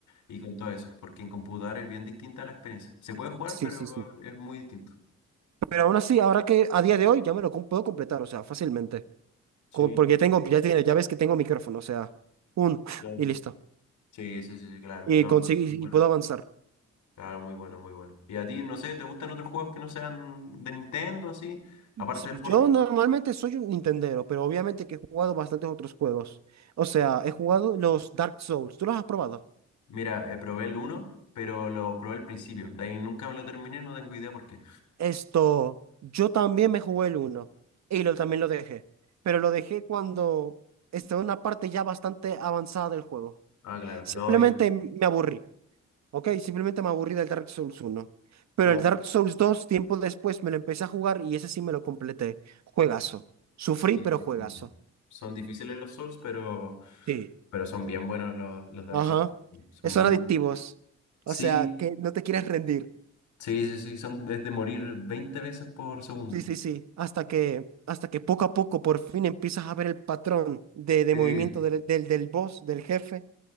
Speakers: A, on the left; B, on the right.
A: y con todo eso. Porque en computador es bien distinta la experiencia. Se puede jugar,
B: sí,
A: pero
B: sí, sí.
A: es muy distinto.
B: Pero aún así, ahora que a día de hoy ya me lo com- puedo completar, o sea, fácilmente.
A: Sí,
B: Co- Porque tengo, ya tiene, ya ves que tengo micrófono, o sea, un <laughs>
A: claro.
B: y listo.
A: Sí, sí, sí, sí, claro.
B: Y
A: No,
B: consigo,
A: no,
B: y
A: muy bueno.
B: y puedo avanzar.
A: Claro, muy bueno, muy bueno. ¿Y a ti, no sé, te gustan otros juegos que no sean de Nintendo, así? Aparte
B: Sí,
A: del Fortnite.
B: Yo normalmente soy un Nintendero, pero obviamente que he jugado bastantes otros juegos. O sea, he jugado los Dark Souls. ¿Tú los has probado?
A: Mira, eh, probé el uno, pero lo probé al principio. De ahí nunca me lo terminé, no tengo idea por qué.
B: Esto, yo también me jugué el uno y lo, también lo dejé, pero lo dejé cuando estaba en una parte ya bastante avanzada del juego.
A: Ah, claro.
B: Simplemente
A: No, yo...
B: me aburrí, ¿ok? Simplemente me aburrí del Dark Souls uno Pero
A: Claro.
B: el Dark Souls 2 tiempo después, me lo empecé a jugar y ese sí me lo completé. Juegazo. Sufrí,
A: sí,
B: pero
A: sí,
B: juegazo.
A: sí. Son difíciles los Souls, pero,
B: Sí.
A: pero son bien buenos los, los Dark
B: Ajá.
A: Souls. Son
B: Eh,
A: muy
B: Son
A: buenos.
B: adictivos.
A: Sí,
B: O sea, que no te quieres rendir.
A: sí, sí, sí, son es de morir 20 veces por segundo.
B: Sí, sí, sí. Hasta que, hasta que poco a poco por fin empiezas a ver el patrón de, de
A: Sí.
B: movimiento del, del, del boss, del jefe.